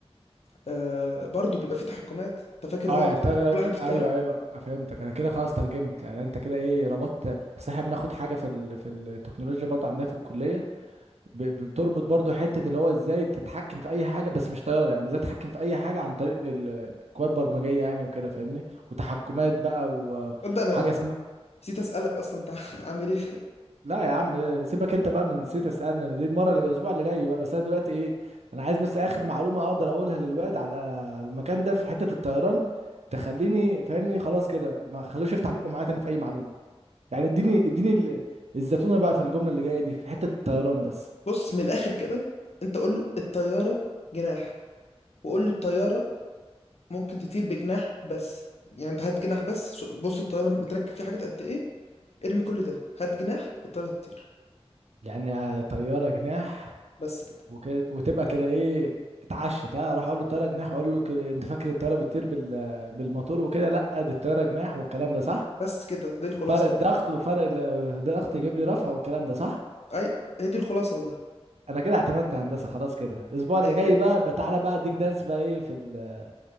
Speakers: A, on the left; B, on the right.
A: آه برضو بيبقى فيه تحكمات انت فاكر
B: اه
A: هو
B: يعني
A: بيتحكم
B: الطيار الآلي.
A: في كل حاجة في الطيارة؟
B: ايوه ايوه فهمتك انا كده خلاص ترجمت يعني انت كده ايه ربطت اصل احنا بناخد حاجة في ال... في التكنولوجيا برضه عندنا في الكلية ب- ب- بتربط برضو حتة اللي هو ازاي تتحكم في اي حاجة بس مش طيارة يعني ازاي تتحكم في اي حاجة عن طريق الكواد برمجية يعني وكده فاهمني وتحكمات بقى و-
A: تصدق انا
B: وحاجة اسمها
A: نسيت اسألك اصلا انت <laughs> عامل ايه
B: لا يا عم سيبك انت بقى من نسيت اسالنا دي المرة اللي الاسبوع اللي جاي بقى بس انا دلوقتي ايه انا عايز بس اخر معلومة اقدر اقولها للواد على على المكان ده في حتة الطيران تخليني فاهمني خلاص كده ما خلوش يفتح بقه معايا تاني في اي معلومة يعني اديني اديني ال- الزتونة بقى في الجملة اللي جاية دي في حتة الطيران بس
A: بص من الآخر كده انت قول له الطيارة جناح وقول له الطيارة ممكن تطير بجناح بس يعني انت هات جناح بس بص الطيارة متركب فيه حاجات قد ايه ارمي كل ده هات جناح الطيارة هتطير
B: يعني آه، طيارة جناح
A: بس كده
B: وكده وتبقى كده ايه اتعشت ها راح اقول له الطياره جناح اقول له كده- انت فاكر الطياره بتطير بال... بالموتور وكده لا دي الطياره جناح والكلام ده صح
A: بس كده دي الخلاصة
B: فرق الضغط وفرق ال- الضغط يجيب لي رفع والكلام ده صح
A: اي هي دي الخلاصة والله
B: انا كده اعتمدت هندسه خلاص كده الاسبوع اللي
A: اي
B: جاي
A: خدمة
B: بقى بقى تعالى بقى اديك درس بقى ايه في ال...